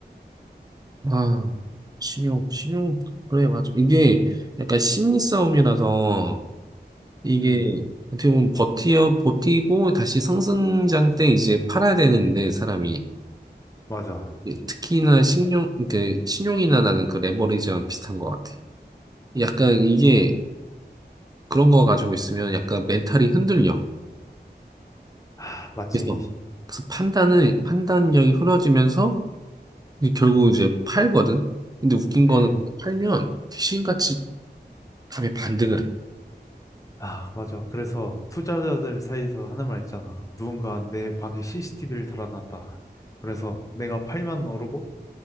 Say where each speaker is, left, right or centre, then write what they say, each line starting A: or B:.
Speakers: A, on the right (about 20°); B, on the left (about 20°).
A: 아, 신용, 신용. 그래, 맞아. 이게 약간 심리 싸움이라서 이게
B: 음,
A: 어떻게 보면 버티어, 버티고 다시 상승장 때 이제 팔아야 되는데 사람이
B: 맞아.
A: 네, 특히나 신용, 그, 신용이나 나는 그 레버리지랑 비슷한 것 같아. 약간 이게 그런 거 가지고 있으면 약간 멘탈이 흔들려.
B: 하, 마치
A: 그래서, 그래서 판단을, 판단력이 흐려지면서 이게 결국 이제 팔거든? 근데 웃긴 거는
B: 음.
A: 팔면 귀신같이 답이 반등을 해.
B: 아, 맞아. 그래서 투자자들 사이에서 하는 말 있잖아. 누군가 내 방에 CCTV를 달아놨다. 그래서 내가 팔면 오르고,